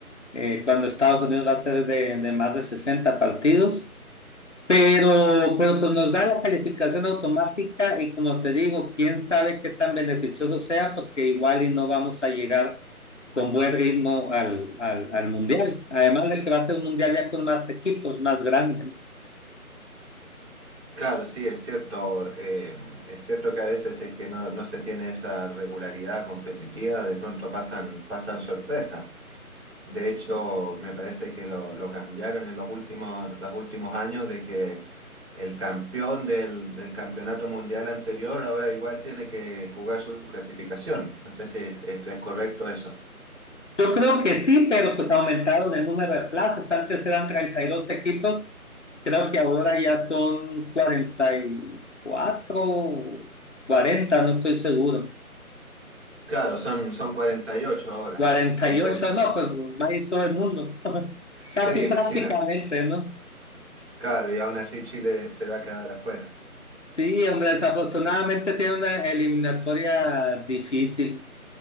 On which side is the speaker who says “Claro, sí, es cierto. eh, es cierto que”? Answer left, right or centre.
Right